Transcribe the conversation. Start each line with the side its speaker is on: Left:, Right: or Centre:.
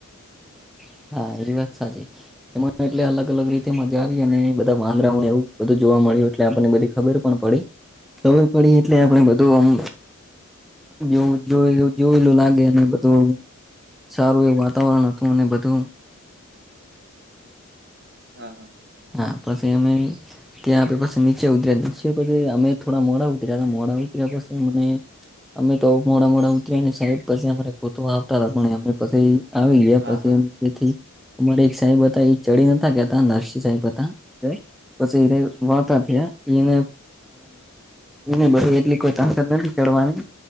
Centre: <inaudible> હા એ વાત સાચી એમાં એટલે અલગ અલગ રીતે મજા આવી અને બધા વાંદરાઓને એવું બધ જો જોવા મળયુ એટલે આપણને બધી ખબર પણ પડી ખબર પડી એટલે
Right: હા
Centre: આપણે બધુંમ જોવું જોયેલું જોયેલું લાગે ને બધું સારું એવું વાતાવરણ હતું અને બધું
Right: હા હા
Centre: હા પછી અમે ત્યાં આપડે પછી નીચે ઉતર્યા નીચે પછી અમે થોડા મોડા ઉતર્યા મોડા ઉતર્યા પછી અને અમે તો મોડા મોડા ઉતરી ને સાહેબ પછી અમારે ગોતવા આવતા હતા પણ અમે પછી આવી ગયા
Right: હા
Centre: પછી
Right: હા
Centre: અ જેથી અમારે એક સાહેબ હતા એ ચડી નાતા ગયા નરસિંહ સાહેબ બતા વછ વાતાયા એને એને બધી એટલી કોઈ તાકાત નથી ચડવાની